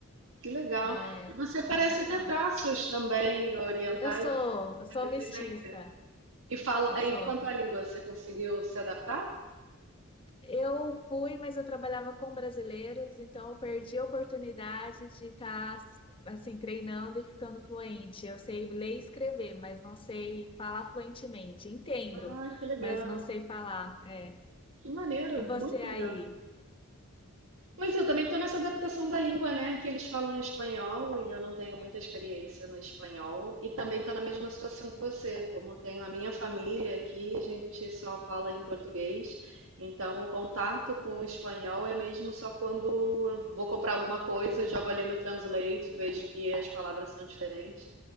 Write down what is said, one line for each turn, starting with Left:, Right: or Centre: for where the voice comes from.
Right: Que legal.
Left: É
Right: E você parece
Left: é bem legal.
Right: ter traços também orientais,
Left: Eu sou,
Right: você
Left: eu sou
Right: tem descendência.
Left: mestiça.
Right: E fala,
Left: Eu
Right: aí
Left: sou.
Right: quanto à língua, você conseguiu se adaptar?
Left: Eu fui, mas eu trabalhava com brasileiros, então eu perdi a oportunidade de estar assim treinando e ficando fluente. Eu sei ler e escrever, mas não sei falar fluentemente. Entendo,
Right: Ah, que legal.
Left: mas não sei falar. é.
Right: Que maneiro,
Left: E você
Right: muito
Left: aí?
Right: legal. Pois é, eu também estou nessa adaptação da língua, né? Aqui eles falam espanhol e eu não tenho muita experiência no espanhol. E também estou na mesma situação que você, como tenho a minha família aqui, a gente só fala em português. Então o contato com o espanhol é mesmo só quando eu vou comprar alguma coisa, jogo ali no Translate, vejo que as palavras são diferentes